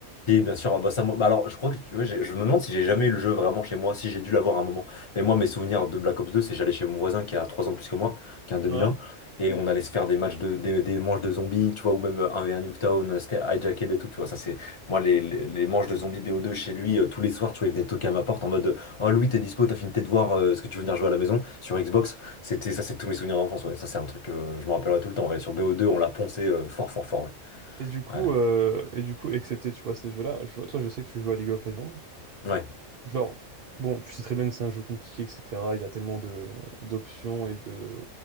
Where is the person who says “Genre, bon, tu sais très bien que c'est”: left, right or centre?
Right